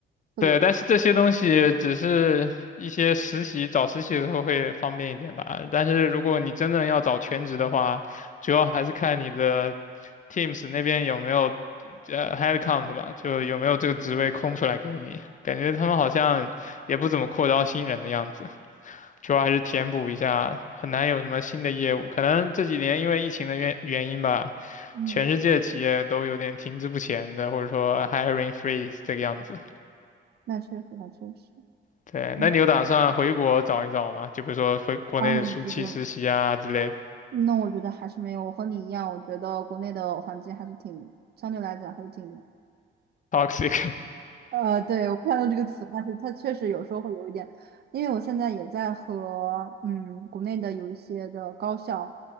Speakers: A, on the right (about 55°); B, on the left (about 40°).
A: 特别，
B: 对，但是这些东西只是一些实习，找实习的时候会方便一点吧。但是如果你真正要找全职的话，主要还是看你的 Teams 那边有没有呃 headcount 吧，就有没有这个职位空出来给你。感觉他们好像也不怎么扩招新人的样子，主要还是填补一下，很难有什么新的业务。可能这几年因为疫情的原原因吧，
A: 嗯，
B: 全世界企业都有点停滞不前的，或者说 hiring freeze 这个样子。
A: 那确实那确实，
B: 对，
A: 嗯，
B: 那你有打算回国找一找吗？就比如说回国内暑期实习啊之类的
A: 啊，我觉得，那我觉得还是没有，我和你一样，我觉得国内的环境还是挺，相对来讲还是挺
B: ，toxic。
A: 呃，对，我看到这个词，但是它确实有时候会有一点，因为我现在也在和嗯国内的有一些的高校，